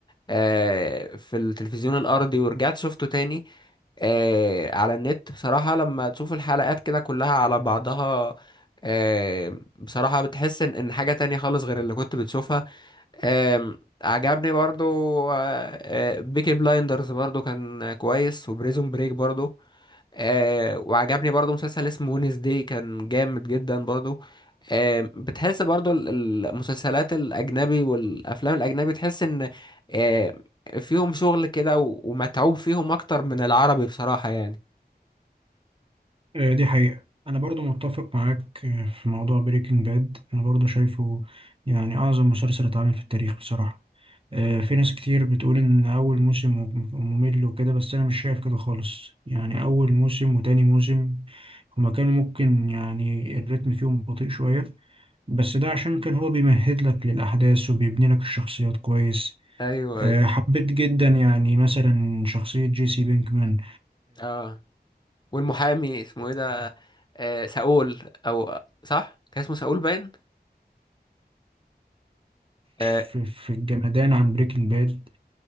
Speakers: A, on the left (about 25°); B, on the right (about 30°).
A: آه في التلفزيون الارضي ورجعت شفته تاني آه على النت بصراحة لما تشوف الحلقات كده كلها على بعضها آه بصراحة بتحس ان إن حاجة تانية خالص غير اللي كنت بتشوفها آه عجبني برضو آه آه، بيكي بلايندرز برضو كان كويس وبريزون بريك برضو آه وعجبني برضو مسلسل اسمه ونس داي كان جامد جدا برضو آه بتحس برضو ال- المسلسلات الأجنبي والأفلام الأجنبي تحس إن آه فيهم شغل كده و- ومتعوب فيهم أكتر من العربي بصراحة يعني
B: آه، دي حقيقة أنا برضو متفق معاك آه، في موضوع بريكنج باد أنا برضو شايفه يعني أعظم مسلسل اتعمل في التاريخ بصراحة آه، في ناس كتير بتقول إن أول موسم مم- ممل وكده بس أنا مش شايف كده خالص يعني أول موسم وتاني موسم هما كانوا ممكن يعني الريتم فيهم بطيء شوية بس ده عشان كان هو بيمهد لك للأحداث وبيبني لك الشخصيات كويس
A: أيوه
B: آه،
A: أيوه
B: حبيت جدا يعني مثلا شخصية جيسي بينكمان
A: آه والمحامي اسمه إيه ده آه ساول أو صح كان اسمه ساول باين آه
B: في في الجمدان عن بريكنج باد